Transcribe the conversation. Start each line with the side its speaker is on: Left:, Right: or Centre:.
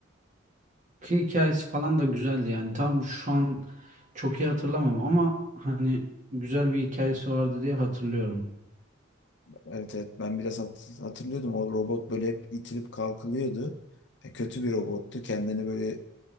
Right: Ki hikayesi falan da güzeldi yani. Tam şu an çok iyi hatırlamam ama hani güzel bir hikayesi vardı diye hatırlıyorum.
Left: Evet evet ben biraz hat- hatırlıyordum o robot böyle hep itilip kalkılıyordu. E, kötü bir robottu. Kendini böyle